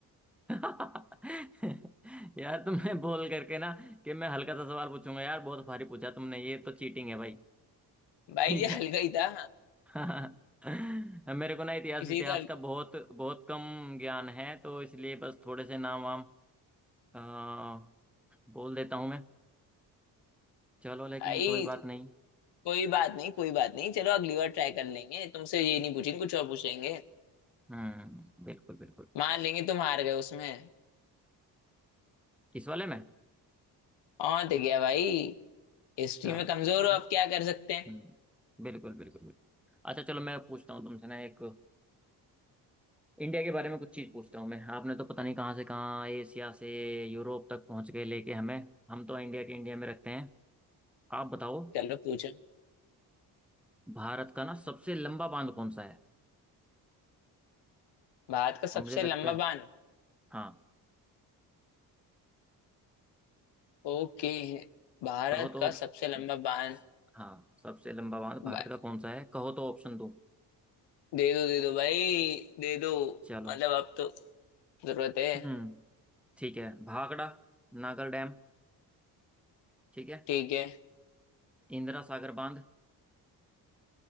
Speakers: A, in the centre; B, on the left (about 85°).
A: <laughs> यार तुमने बोल करके ना कि मैं हल्का सा सवाल पूछूंगा यार बहुत भारी पूछा तुमने ये तो चीटिंग है भाई <laughs>
B: भाई
A: ठीक
B: ये हल्का ही था
A: <laughs> मेरे को ना इतिहास
B: इसी
A: इतिहास
B: तो हल...
A: का बहुत बहुत कम ज्ञान है तो इसलिए बस थोड़े से नाम वाम अ, बोल देता हूँ मैं चलो लेकिन
B: भाई
A: कोई बात नहीं
B: कोई बात नहीं कोई बात नहीं चलो अगली बार ट्राई कर लेंगे तुमसे ये नहीं पूछेंगे कुछ और पूछेंगे
A: हम्म बिल्कुल बिल्कुल
B: मान लेंगे तुम हार गए उसमें
A: इस वाले में
B: और तो क्या भाई हिस्ट्री
A: चलो
B: में कमजोर
A: ठीक है
B: हो अब क्या कर सकते
A: हम्म
B: हैं
A: बिल्कुल बिल्कुल बिल्कुल अच्छा चलो मैं पूछता हूँ तुमसे ना एक इंडिया के बारे में कुछ चीज़ पूछता हूँ मैं आपने तो पता नहीं कहाँ से कहाँ एशिया से यूरोप तक पहुँच गए लेके हमें हम तो इंडिया के इंडिया में रखते हैं आप बताओ
B: चलो पूछो
A: भारत का ना सबसे लंबा बांध कौन सा है
B: भारत का सबसे
A: और मुझे लगता
B: लंबा
A: है
B: बांध
A: हाँ
B: ओके भारत
A: कहो तो
B: का
A: ऑप्शन
B: सबसे लंबा बांध
A: हाँ सबसे लंबा बांध
B: बा-
A: भारत का कौन सा है कहो तो ऑप्शन दो
B: दे दो दे दो भाई दे दो
A: चलो
B: मतलब अब तो जरूरत है
A: हम्म ठीक है भाखड़ा नागल डैम ठीक है
B: ठीक है
A: इंदिरा सागर बांध